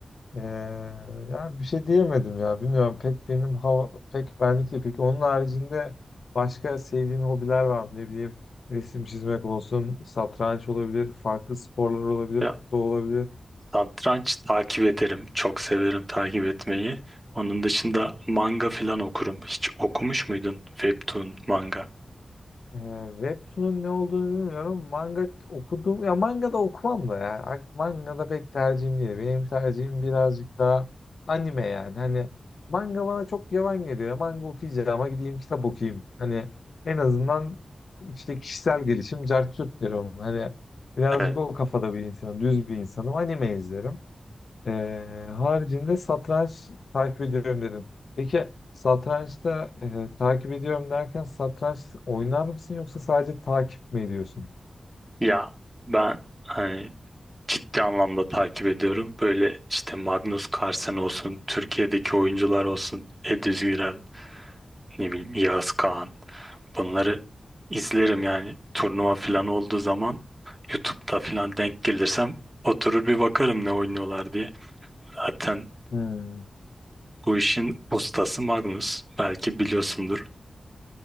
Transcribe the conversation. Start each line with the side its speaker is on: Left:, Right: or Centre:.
Left: Ee, ya bir şey diyemedim ya. Bilmiyorum pek benim hava pek benlik değil. Peki onun haricinde başka sevdiğin hobiler var mı? Ne bileyim resim çizmek olsun, satranç olabilir, farklı sporlar olabilir,
Right: Ya
Left: futbol olabilir.
Right: satranç takip ederim. Çok severim takip etmeyi. Onun dışında manga falan okurum. Hiç okumuş muydun webtoon, manga?
Left: Ee, Webtoon'un ne olduğunu bilmiyorum. Manga okudum. Ya manga da okumam da ya. Ak- Manga da pek tercihim değil. Benim tercihim birazcık daha anime yani. Hani manga bana çok yavan geliyor. Manga okuyacağım ama gideyim kitap okuyayım. Hani en azından işte kişisel gelişim cart curt derim. Hani birazcık
Right: Evet.
Left: o kafada bir insanım. Düz bir insanım. Anime izlerim. Ee, haricinde satranç takip ediyorum dedim. Peki satrançta e, takip ediyorum derken satranç oynar mısın yoksa sadece takip mi ediyorsun?
Right: Ya ben hani ciddi anlamda takip ediyorum. Böyle işte Magnus Carlsen olsun, Türkiye'deki oyuncular olsun, Ediz Güral, ne bileyim Yağız Kağan. Bunları izlerim yani turnuva falan olduğu zaman YouTube'da falan denk gelirsem oturur bir bakarım ne oynuyorlar diye. Zaten
Left: Hmm.
Right: bu işin ustası Magnus. Belki biliyorsundur.